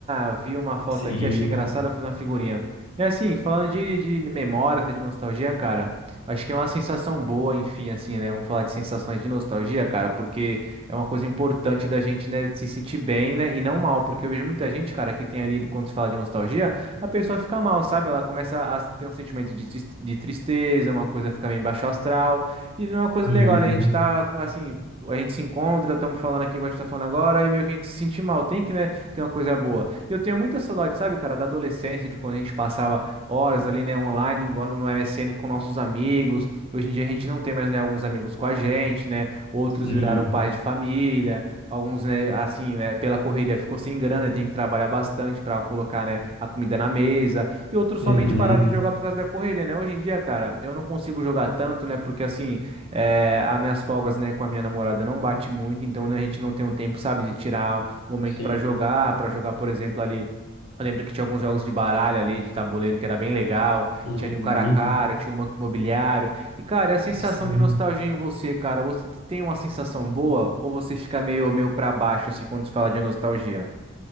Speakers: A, on the right (about 25°); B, on the left (about 80°).
A: ah, vi uma foto
B: Sim.
A: aqui, achei engraçado, vou fazer uma figurinha. E assim, falando de, de memórias, né, de nostalgia, cara, acho que é uma sensação boa, enfim, assim, né, vamos falar de sensações de nostalgia, cara, porque é uma coisa importante da gente, né, se sentir bem, né, e não mal, porque eu vejo muita gente, cara, que tem ali, quando se fala de nostalgia, a pessoa fica mal, sabe? Ela começa a ter um sentimento de, tris- de tristeza, uma coisa fica meio baixo astral, e não é uma coisa
B: Uhum.
A: legal, né? A gente tá, assim, a gente se encontra, estamos falando aqui o que a gente tá falando agora, e meio que a gente se sente mal, tem que, né, ter uma coisa boa. E eu tenho muita saudade, sabe, cara, da adolescência, de quando a gente passava horas ali, né, online, igual no MSN com nossos amigos. Hoje em dia a gente não tem mais, né, alguns amigos com a gente, né? Outros
B: Sim.
A: viraram pais de família. Alguns, né, assim, né, pela correria ficou sem grana e tem que trabalhar bastante para colocar, né, a comida na mesa. E outros somente
B: Uhum.
A: pararam de jogar por causa da correria, né? Hoje em dia, cara, eu não consigo jogar tanto, né? Porque, assim, é, as minhas folgas, né, com a minha namorada não bate muito. Então, né, a gente não tem um tempo, sabe, de tirar um momento
B: Sim.
A: para jogar, para jogar, por exemplo, ali. Eu lembro que tinha alguns jogos de baralho ali, de tabuleiro, que era bem legal.
B: Uhum.
A: Tinha ali o cara a cara, tinha o banco imobiliário. E, cara, é a sensação
B: Sim.
A: de nostalgia em você, cara. Você tem uma sensação boa ou você fica meio, meio pra baixo, assim, quando se fala de nostalgia?